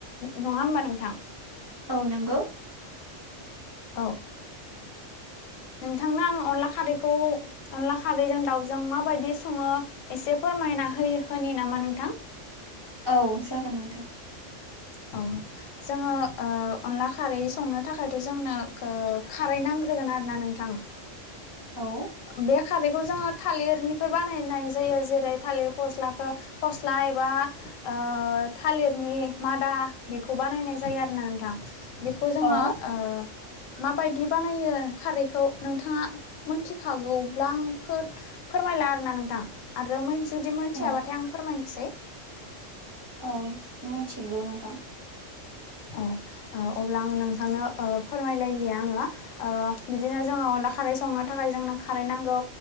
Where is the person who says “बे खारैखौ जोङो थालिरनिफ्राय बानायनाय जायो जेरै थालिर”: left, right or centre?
Left